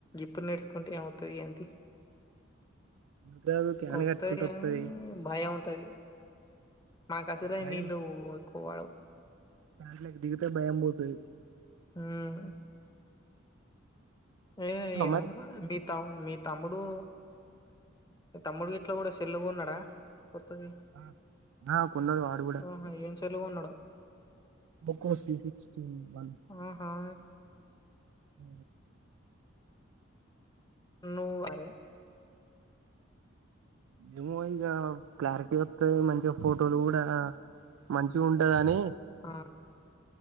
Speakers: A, on the left; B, on the right.
A: ఇప్పుడు నేడుచుకుంటే ఏమోత్తది గాని తీయ్
B: ఎందుకు రాదు క్యాన్
A: వత్తది
B: కట్టుకుంట
A: కానీ
B: వత్తది
A: భయం ఉంటది మనకు అసలే
B: భయం
A: నీళ్ళు ఎక్కువ పడవు
B: దాంట్లోకి దిగితే భయం పోతది
A: మ్మ్ ఏం ఈగ
B: మరి
A: మీ తమ్ మీ తమ్ముడు తమ్ముడు గిట్ల కూడా సెల్లు కొన్నాడా కొత్తది
B: ఆ ఆ కొన్నోడు వాడు కూడా
A: ఆహా ఏం సెల్లుగా కోన్నాడో
B: ఓకోసి సిక్స్టీ వన్
A: ఆహా
B: అ
A: నువ్వు అరే
B: ఏమో ఈగ క్లారిటీ వతది మంచిగా ఫోట టలు కూడా మంచిగా ఉంటదని
A: ఆ